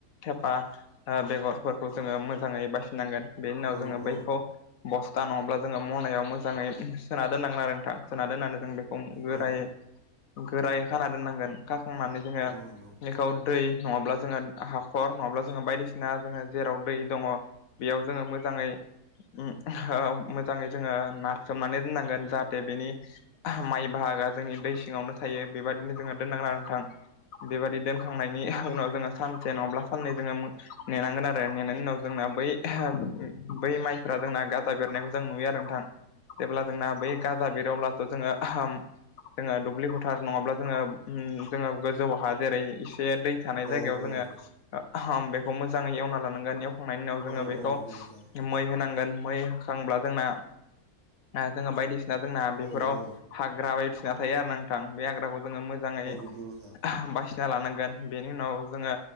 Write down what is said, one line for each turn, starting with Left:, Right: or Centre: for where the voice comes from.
Left: थेफा ओ बेगरफोरखौ जोंङो मोजाङै बासिनांगोन बेनि उनाव
Right: औ
Left: जोंङो
Right: औ
Left: बैखौ बस्था नङाब्ला जोंङो मनायाव मोजाङै सोना दोननांगोन आरो नोंथां सोना दोननानै जों बेखौ गोरायै
Right: औ नंगौ औ
Left: गोरायै खाना दोननांगोन खाखांनानै जोंङो
Right: नंगौ नोंथां
Left: बेखौ दै नङाब्ला जोंङो हाखर नङाब्ला जोंङो बायदिसिना जोंङो जेराव दै दंङ बेयाव जोंङो मोजाङै अम ओ मोजाङै जोंङो नारसोमनानै दोननांगोन जा बेनि माइ बाहागोआ जोंनि दै सिङावनो थायो बेबादिनो जोंङो दोनांगोन आरो नोंथां। बेबायदि दोनखांनायनि उनाव जोंङो सान से नङाब्ला साननै जोंङो नेनांगोन आरो नेनायनि उनाव जोंना बै ओ बै माइफ्रा जोंना गाजा बेरनायखौ जों नुयो आरो नोंथां जेब्ला जोंना बै गाजा बेरो अब्लाथ' जोंङो जोंङो दुब्लि फोथार नङाब्ला जोंङो जोंङो गोजौ हा जेरै जे दै थानाय
Right: औ
Left: जायगायाव जोंङो
Right: औ
Left: बेखौ मोजाङै एवना लानांगोन एवखांनायनि उनाव
Right: औ
Left: जोंङो बे खौ
Right: नंगौ नोंथां
Left: मै होनांगोन मै होखांब्ला जोंना जोंङो बायदि सिना जोंना बेफोराव
Right: औ औ
Left: हाग्रा बायदिसिना थायो आरो नोंथां बे हाग्राखौ जोंङो मोजाङै
Right: नंगौ नोंथां
Left: बासिना लानांगोन बेनि उनाव जोंङो